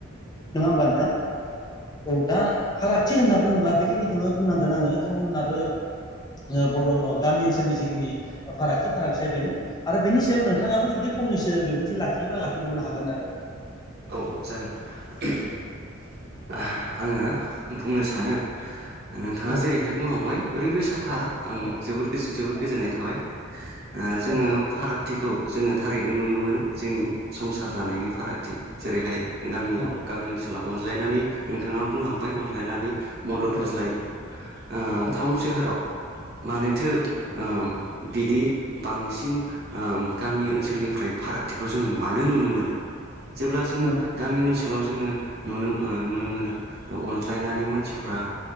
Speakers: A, on the left; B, on the right.
A: नङा होमबा नोंथां औ दा फारागथि होनना बुङोब्ला बेखिनिखौनो बुंनांगोन आङो टाउन आरो ओ बर' गामि ओनसोलनि जिखिनि फारागथि फारागथिया बेनो आरो बेनि सायाव नोंथाङाबो जुदि फंनैसो बिबुंथि लाखियोबा लाखिबावनो हागोन आरो नोंथां
B: औ जागोन <inaudible> आङो बुंनो सानो नोंथाङा
A: औ
B: जेरैहाय बुंलांबाय ओरैबो सा थार आं
A: औ
B: जोबोद गोज
A: नंगौ
B: जोबोद गोजोननाय थाबाय ओ जोङो
A: औ
B: फारागथिखौ जोङो थारैनो नुनो मोनो जोंनि संसार जानायनि फारागथि जेरैहाय गामियाव
A: नंगौ
B: गामि ओनसोलाव अनज्लायनानै नोंथाङा बुंलांबाय अनज्लायनानै मदद
A: औ
B: होज्लायो ओ
A: औ
B: टाउन सोहोराव मानोथो
A: औ
B: ओम बिदि बांसिन ओम गामि ओनसोलनिफ्राय फारागथिखौ जों मानो नुनो मोनो जेब्ला जोङो
A: नंगौ
B: गामि ओनसो लाव जोङो नुनो ओ नुनो मोनो अनज्लायनानै मानसिफोरा